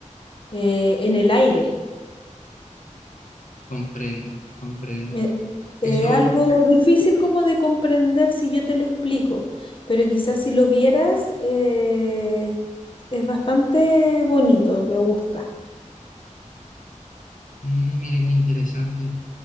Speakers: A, on the left; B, on the left.
A: eh, en el aire.
B: Comprendo, comprendo.
A: Eh, eh,
B: Eso,
A: algo difícil como de comprender si yo te lo explico, pero quizás si lo vieras eh, es bastante bonito, me gusta.
B: mm, mira qué interesante.